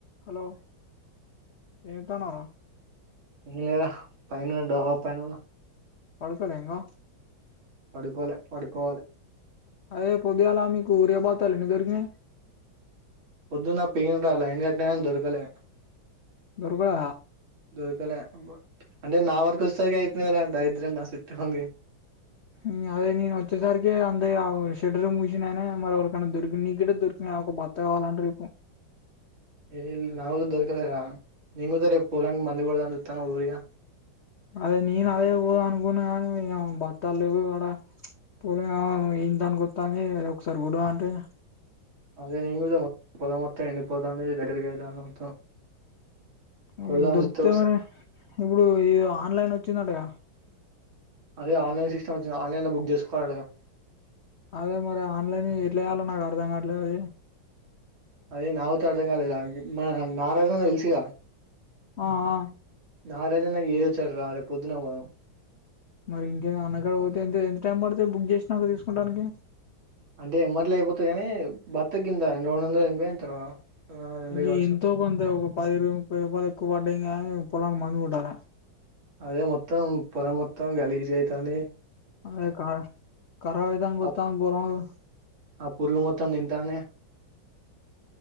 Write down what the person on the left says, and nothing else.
hello ఏంతానార
పడుకోల ఇంగా
అదే పొద్దుగేల మీకు ఊరియాబాతాల ఎన్ని దొరికినాయ్
దుర్గా
మ్ అదే నేను వచ్చేసరికి అంద ఆ ఉష్ చెెడర్ మూసినాయనే మరి ఒకరికైన్నా దొరికిన నీకే దొరికినా ఒక బత్త కావాలంట రేపు
అదే నేను అదే పోదు అనుకున్నా కాని ఇగ బత్తా లు లేవు ఆడ పోలి ఏంటి దానికి గుత్తంది అద ఒకసారి గొడవ అంటడి
మ్
దొరికుతాయ్
మరి ఇప్పుడు ఇ ఆన్లైన్ వచ్చిందటగా
అదే మరి ఆన్లైన్ ఎట్లాయాల నాకు అర్ధం కావట్లే అది
ఆ ఆ
మరి ఇంకే అన్నగడ పోతేంత ఎంత టైం పడితే బుక్ చేసినాక తీసుకోడానికి
అందే
ఎంతో కొంత ఒక పది రూపాయ ముప్పై రూపాయలు ఎక్కువ పడ్డా కా పొలానికి మందు కోట్టాల
అదే క కరా విధంగా గుతం
గుర లో